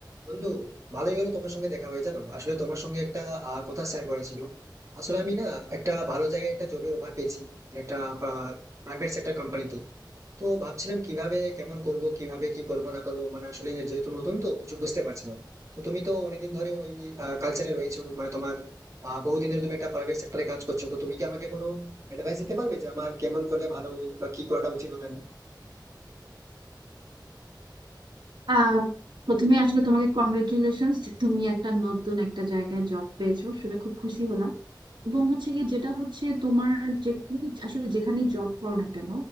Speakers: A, on the right; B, on the right.
A: বন্ধু ভালোই হলো তোমার সঙ্গে দেখা হয়ে জানো আসলে তোমার সঙ্গে একটা আহ, কথা শেয়ার করেছিল আসলে আমি না একটা ভালো জায়গায় একটা জবের অফার পেয়েছি একটা প্রাইভেট সেক্টর কোম্পানিতে তো ভাবছিলাম কিভাবে কেমন করব কিভাবে কি করবো না করবো মানে আসলে যেহেতু নতুন তো কিছু বুঝতে পারছি না তো তুমি তো অনেকদিন ধরে ওই কালচারে রয়েছো মানে তোমার আহ, বহুদিন ধরে তুমি একটা প্রাইভেট সেক্টরে কাজ করছো তো তুমি কি আমাকে কোনো অ্যাডভাইস দিতে পারবে যে আমার কেমন করলে ভালো হয় বা কি করাটা উচিত হবে না
B: আহ প্রথমে আসলে তোমাকে কংগ্রেচুলেশন তুমি একটা নতুন একটা জায়গায় জব পেয়েছো শুনে খুব খুশি হলাম এবং হচ্ছে গিয়ে যেটা হচ্ছে তোমার যে তুমি আসলে যেখানেই জব করো না কেন